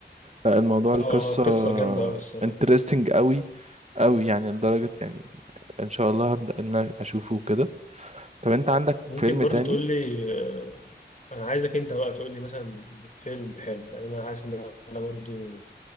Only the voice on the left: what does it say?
اه آه، قصه جامده قوي الصراحه
ممكن
برضو
تقول لي آه، انا عايزك انت بقى تقول لي مثلا فيلم حلو لان انا حاسس ان انا برضو